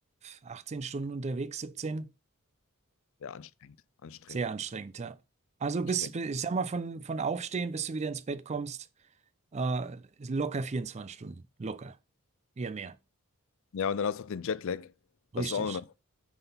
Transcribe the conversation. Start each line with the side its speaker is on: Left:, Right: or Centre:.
Right: 18 Stunden unterwegs, 17.
Left: Ja, anstrengend. Anstrengend.
Right: Sehr anstrengend, ja. Also
Left: Anstrengend.
Right: bis, bis ich sag mal, von, von Aufstehen, bis du wieder ins Bett kommst. Äh, ist locker 24 Stunden. Locker. Eher mehr.
Left: Ja, und dann hast du noch den Jetlag. Das
Right: Richtig.
Left: ist auch noch.